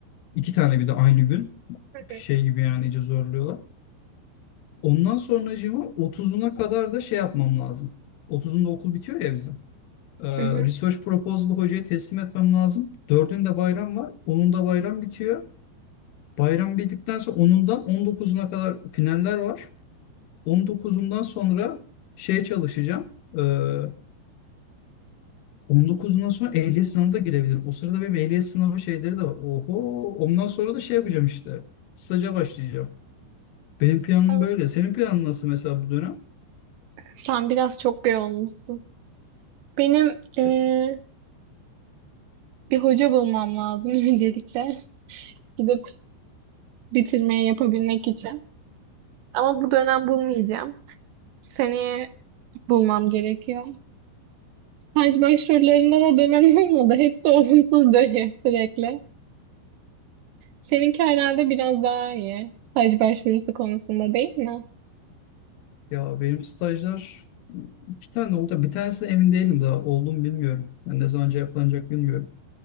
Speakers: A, on the left; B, on the right.
A: İki tane bir de aynı gün.
B: Hı hı.
A: Şey gibi yani iyice zorluyorlar. Ondan sonracığıma otuzuna kadar da şey yapmam lazım. Otuzunda okul bitiyor ya bizim. Ee,
B: Hı hı.
A: research proposal'ı hocaya teslim etmem lazım. Dördünde bayram var. Onun da bayram bitiyor. Bayram bittikten sonra onundan on dokuzuna kadar finaller var. On dokuzundan sonra şeye çalışacağım. Ee, on dokuzundan sonra ehliyet sınavına da girebilirim. O sırada benim ehliyet sınavı şeyleri de var. Oho, ondan sonra da şey yapacağım işte. Staja başlayacağım. Benim planım
B: Evet.
A: böyle. Senin planın nasıl mesela bu dönem?
B: Sen biraz çok yoğunmuşsun. Benim eee,
A: Evet.
B: bir hoca bulmam lazım <laughs> öncelikle. Gidip bitirmeye yapabilmek için. Ama bu dönem bulmayacağım. Seneye bulmam gerekiyor. Staj başvurularında da dönem <laughs> olmadı. Hepsi olumsuz dönüyor sürekli. Seninki herhalde biraz daha iyi. Staj başvurusu konusunda değil mi?
A: Ya benim stajlar iki tane oldu. Bir tanesi de emin değilim daha. Oldu mu bilmiyorum. Yani ne zaman cevaplanacak bilmiyorum.